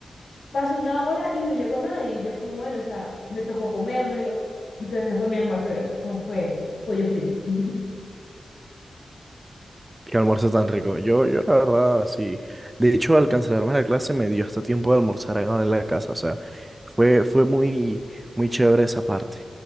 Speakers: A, on the left; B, on the right.
A: pasó una hora y no llegó nadie. Y yo como, bueno, o sea, me tocó comérmelo. Entonces fue mi almuerzo de hoy, con- fue pollo frito. <laughs>
B: Qué almuerzo tan rico. Yo, yo la verdad, sí. De hecho, al cancelarme la clase me dio hasta tiempo de almorzar acá en la casa. O sea, fue, fue muy, muy chévere esa parte.